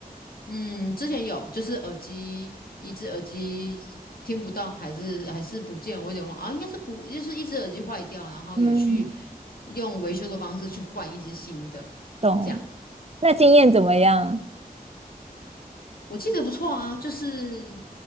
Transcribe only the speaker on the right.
嗯，
懂。
那经验怎么样？